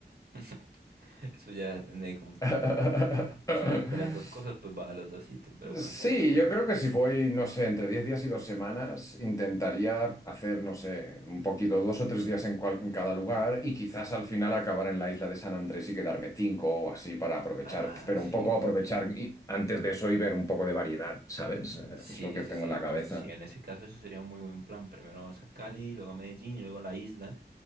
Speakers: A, on the right (about 55°); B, on the left (about 15°).
A: <laughs> Eso ya depende de cómo tú...
B: <laughs>
A: Si quieres ver las dos cosas, pues vas a los dos sitios. Pero bueno,
B: Sí,
A: ya... la primera.
B: yo creo que si voy, no sé, entre 10 días y dos semanas, intentaría hacer, no sé, un poquito, dos o tres días en, cual- en cada lugar y quizás al final acabar en la isla de San Andrés y quedarme cinco o así para aprovechar,
A: Ah,
B: pero
A: sí.
B: un poco aprovechar y antes de eso y ver un poco de variedad, ¿sabes? Eh,
A: Sí,
B: Es lo que
A: sí,
B: tengo
A: sí.
B: en la
A: Entonces,
B: cabeza.
A: sí, en ese caso, eso sería un muy buen plan. Primero vas a Cali, luego a Medellín y luego a la isla.